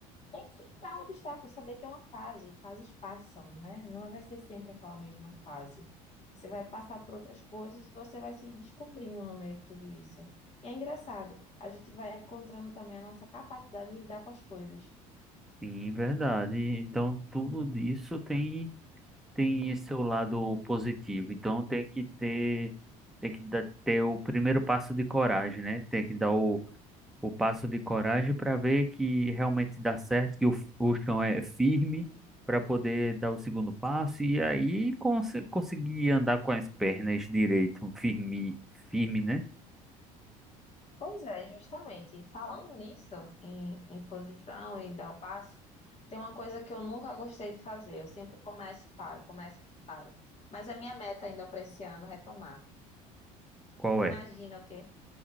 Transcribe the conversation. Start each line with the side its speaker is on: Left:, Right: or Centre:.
Left: é Enfrentar o obstáculo, saber que é uma fase, fases passam, né? Não vai ser sempre aquela mesma fase. Você vai passar por outras coisas e você vai se descobrindo no meio de tudo isso. E é engraçado, a gente vai encontrando também a nossa capacidade de lidar com as coisas.
Centre: Sim, verdade. Então tudo isso tem tem seu lado positivo. Então tem que ter tem que dar, ter o primeiro passo de coragem, né? Tem que dar o o passo de coragem para ver que realmente dá certo, que o, o chão é firme para poder dar o segundo passo e aí cons conseguir andar com as pernas direito, firme, firme, né?
Left: Pois é, justamente. Falando nisso, em, em posição e dar o passo, tem uma coisa que eu nunca gostei de fazer. Eu sempre começo e paro, começo e paro. Mas a minha meta ainda para esse ano é retomar.
Centre: Qual
Left: Tu imagina
Centre: é?
Left: o quê?